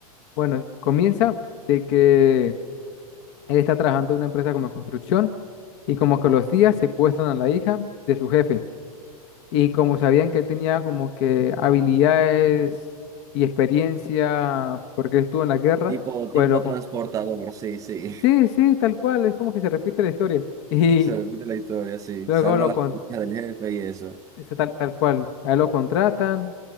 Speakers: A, on the left; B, on the right.
A: Bueno, comienza de que él está trabajando en una empresa como de construcción y como que los días secuestran a la hija de su jefe. Y como sabían que él tenía como que habilidades y experiencia porque él estuvo en la guerra,
B: Tipo,
A: pues
B: tipo
A: loco.
B: transportador, sí, sí.
A: Sí, sí, tal cual, es como que se repite la historia. <laughs>
B: <laughs>
A: Y
B: Se repite la historia, sí.
A: luego
B: Salva
A: lo,
B: la
A: con
B: hija del jefe y eso.
A: Está tal, tal cual. A él lo contratan